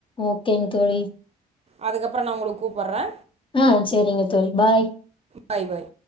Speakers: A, on the left; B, on the right.
A: ஓகேங் தோழி
B: அதுக்கப்புற நா உங்களுக் கூப்பற்ற
A: அ சேரிங்க தோழி பாய்
B: பாய் பாய்